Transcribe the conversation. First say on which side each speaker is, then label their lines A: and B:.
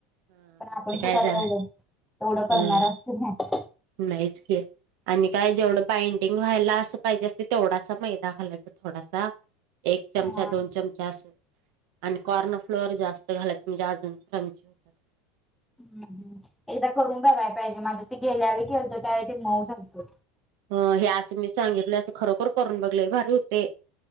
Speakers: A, on the right (about 60°); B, in the centre.
A: मग
B: पण आपण
A: ते काय
B: कुठला
A: जरा
B: एवढं एवढं करणार
A: हम्म
B: असतो.
A: नाहीच की, आणि काय जेवढं बाइंडिंग व्हायला असं पाहिजे असंत तेवढासा मैदा घालायचा थोडासा एक
B: हा
A: चमचा दोन चमचा असं आणि कॉर्न फ्लोअर जास्त घालायचं म्हणजेज क्रॅची ची होतात.
B: हं हं एकदा करून बघाय पाहिजे माझं ते गेल्या वेळी केलत त्यावेळी ते मऊ झालत.
A: अ.. हे असं मी सांगितलोय असं खरोखर करून बघ लय भारी होतंय.